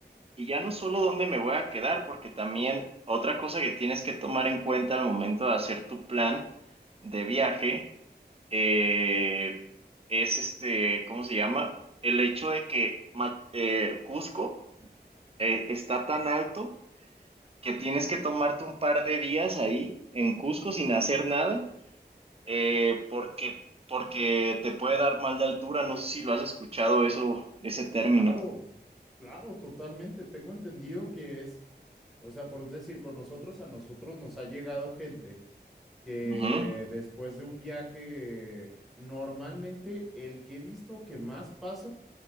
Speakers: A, on the right; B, in the centre.
A: Y ya no solo dónde me voy a quedar, porque también otra cosa que tienes que tomar en cuenta al momento de hacer tu plan de viaje eh, es este, ¿cómo se llama? El hecho de que Ma- eh, Cusco eh, está tan alto que tienes que tomarte un par de días ahí en Cusco sin hacer nada, eh, porque, porque te puede dar mal de altura. No sé si lo has escuchado eso, ese término.
B: Claro, claro, totalmente. Tengo entendido que es, o sea, por un decir, con nosotros, a nosotros nos ha llegado gente que
A: Ujú,
B: después de un viaje, normalmente el que he visto que más pasa